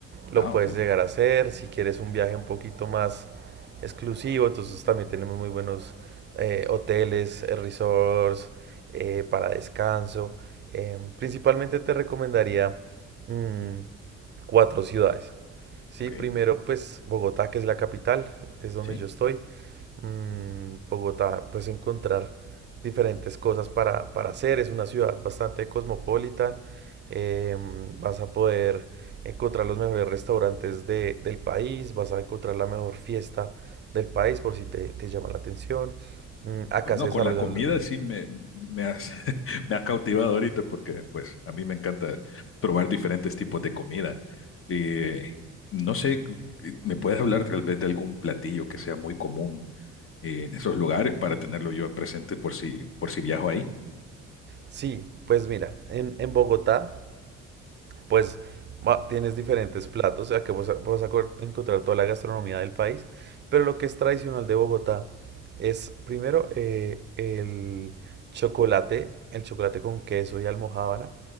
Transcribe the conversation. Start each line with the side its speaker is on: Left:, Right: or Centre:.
Right: lo
Left: Ah,
Right: puedes
Left: ok,
Right: llegar a hacer. Si quieres un viaje un poquito más exclusivo, entonces también tenemos muy buenos eh, hoteles, eh, resorts, eh, para descanso. Em, principalmente te recomendaría mm, Cuatro ciudades. Sí,
Left: ok,
Right: primero pues Bogotá, que es la capital, es donde
Left: sí.
Right: yo estoy. Mm, Bogotá, pues encontrar diferentes cosas para, para hacer. Es una ciudad bastante cosmopolita. eh, vas a poder encontrar los mejores restaurantes de- del país, vas a encontrar la mejor fiesta del país por si te, te llama la atención. Mm, acá
Left: Bueno,
Right: se desarrollan...
Left: con la comida
Right: lo-
Left: sí me, me has, <laughs> me has cautivado ahorita porque pues a mí me encanta probar diferentes tipos de comida. Eh, no sé, cu- eh, ¿me puedes hablar tal vez de algún platillo que sea muy común eh, en esos lugares para tenerlo yo presente por si, por si viajo ahí?
Right: Sí, pues mira, en, en Bogotá pues va- tienes diferentes platos, o sea que vas a, vas a co- encontrar toda la gastronomía del país, pero lo que es tradicional de Bogotá es primero eh, el chocolate, el chocolate con queso y almojábana.